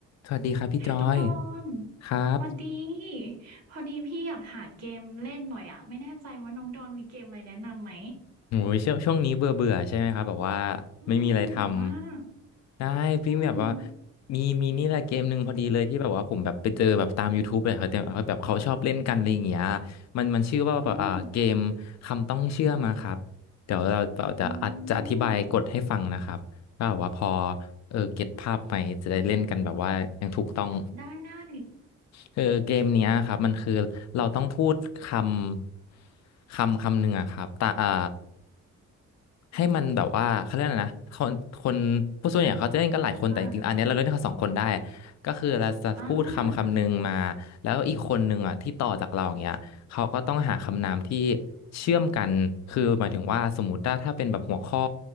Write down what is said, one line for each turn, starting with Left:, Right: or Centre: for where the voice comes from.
Left: สวัสดีครับพี่จอย
Right: น้องโดน
Left: ครับ
Right: พอดีพอดีพี่อยากหาเกมเล่นหน่อยอ่ะไม่แน่ใจว่าน้องโดนมีเกมอะไรแนะนำไหม
Left: โอ้ยช่วงช่วงนี้เบื่อเบื่อใช่ไหมครับแบบว่า
Right: อืมเบื่อมาก
Left: ไม่มีอะไรทำได้พี่แบบว่า
Right: อืม
Left: มีมีนี่แหละเกมหนึ่งพอดีเลยที่แบบว่าผมแบบไปเจอแบบตาม YouTube เลยครับแต่แบบเขาชอบเล่นกันอะไรอย่างเงี้ยมันมันชื่อว่าแบบอ่าเกมคำต้องเชื่อมาครับเดี๋ยวเราเราจะอาจจะอธิบายกฎให้ฟังนะครับก็แบบว่าพอ
Right: อืมอืม
Left: เออเก็ตภาพไหมจะได้เล่นกันแบบว่ายังถูกต้อง
Right: ได้ได้
Left: คือเกมเนี้ยครับมันคือเราต้องพูดคำคำคำหนึ่งอะครับแต่อ่าให้มันแบบว่าเขาเรียกอะไรนะคนคนผู้ส่วนใหญ่เขาจะเล่นกันหลายคนแต่จริงๆอันเนี้ยเราเล่นกันสองคนได้
Right: อ่า
Left: ก็คือเราจะพูดคำคำหนึ่งมา
Right: อ่า
Left: แล้วอีกคนหนึ่งอะที่ต่อจากเราอย่างเงี้ย เขาก็ต้องหาคำนามที่เชื่อมกันคือหมายถึงว่าสมมติว่าถ้าเป็นแบบหัวข้อ